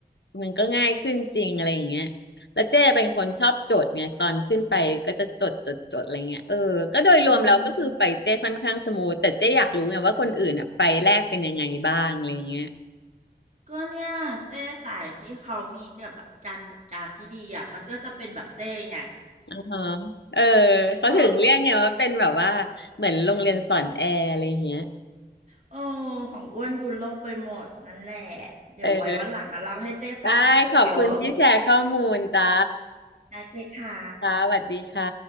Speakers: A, on the left (about 85°); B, on the right (about 45°).
A: มันก็ง่ายขึ้นจริงอะไรอย่างเงี้ย แล้วเจ้เป็นคนชอบจดไงตอนขึ้นไปก็จะจดจดจดอะไรเงี้ยเออก็โดยรวมเราก็คือไฟเจ้ค่อนข้างสมูทแต่เจ้อยากรู้ไงว่าคนอื่นอ่ะไฟแรกเป็นยังไงบ้างอะไรเงี้ย
B: อืมก็เนี่ยเจ้สายที่เขามีกับแบบการจัดการที่ดีอ่ะมันก็จะเป็นแบบเจ้ไง
A: อ๋อเออเขาถึงเรียกไงว่าเป็นแบบว่าเหมือนโรงเรียนสอนแอร์อะไรเงี้ย
B: เออเออของอ้วนดูโลกไปหมดนั่นแหละเดี๋ยวไว้วันหลังมาเล่าให้เจ้ฟังอีกเยอะ
A: เออได้ขอบคุณที่แชร์ข้อมูลจ้า
B: นะเจ้ค่ะ
A: ค่ะสวัสดีค่ะ